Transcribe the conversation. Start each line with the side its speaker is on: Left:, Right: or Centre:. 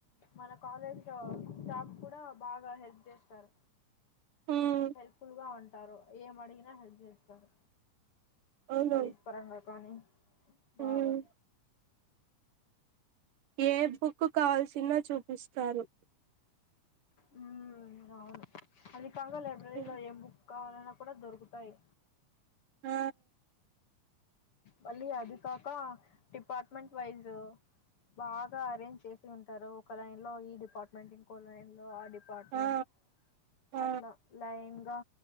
Left: మన కాలేజ్ లొ స్టాఫ్ కూడా బాగా హెల్ప్ చేస్తారు.
Right: ఉమ్
Left: హెల్ప్ఫుల్ గా ఉంటారు ఏం అడిగినా హెల్ప్ చేస్తారు.
Right: అవును
Left: స్టడీస్ పరంగ కానీ బాగా.
Right: ఉమ్ ఏ బుక్ కావాల్సిన చూపిస్తారు.
Left: ఉ అవును అది కాక లైబ్రరీలో
Right: ఉమ్,
Left: ఏ బుక్. కావాలన్నా కూడా దొరుకుతాయి.
Right: ఆ.
Left: మళ్ళీ అది కాక డిపార్ట్మెంట్ వైజ్. బాగా అరేంజ్ చేసి ఉంటారు ఒక లైన్ లో ఈ డిపార్ట్మెంట్ ఇంకో లైన్ లో ఆ డిప్. డిపార్ట్మెంట్.
Right: ఆ ఆ
Left: అట్లా లైన్ గా